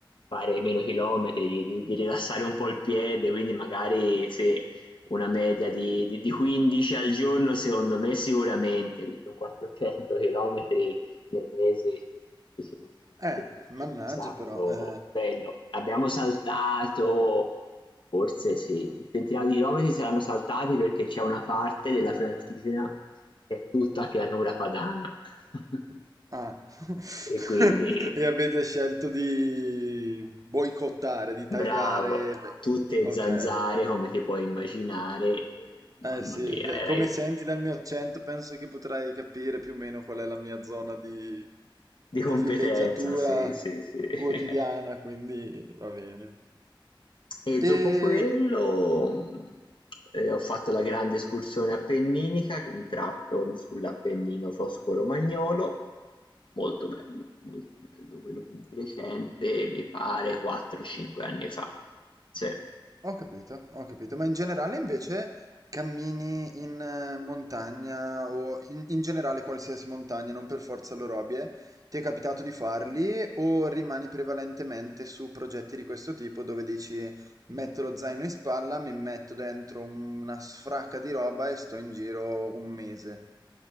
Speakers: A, on the left; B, on the right.
A: fare meno chilometri, di, di- di rilassare un po' il piede, quindi magari se una media di, di- di 15 al giorno, secondo me sicuramente, quindi un 400 km nel mese si sono fatti,
B: Eh,
A: però
B: mannaggia
A: ecco, è stato
B: però. eh,
A: bello. Abbiamo saltato, forse sì, un centinaio di chilometri saranno saltati perché c'è una parte della Francigena che è tutta pianura padana. <laughs>
B: ah. <laughs>
A: E quindi,
B: E avete scelto di boicottare, di
A: bravo,
B: tagliare.
A: tutte
B: Ok.
A: zanzare come ti puoi immaginare. Mamma
B: Eh sì,
A: mia,
B: de-
A: era
B: come senti dal mio accento, penso che potrai capire più o meno qual è la mia zona di,
A: di
B: di
A: competenza,
B: villeggiatura
A: sì, sì, sì. <laughs>
B: quotidiana, quindi va bene.
A: E
B: E
A: dopo quello, mhmm, ehm, ho fatto la grande escursione appenninica, un tratto sull'Appennino tosco-romagnolo, molto bello, molto bello, quello più di recente mi pare 4, 5 anni fa. Sì.
B: Ho capito, ho capito, ma in generale invece cammini in eh, montagna o in, in generale qualsiasi montagna, non per forza l'orobie, ti è capitato di farli o rimani prevalentemente su progetti di questo tipo dove dici metto lo zaino in spalla, mi metto dentro una sfracca di roba e sto in giro un mese?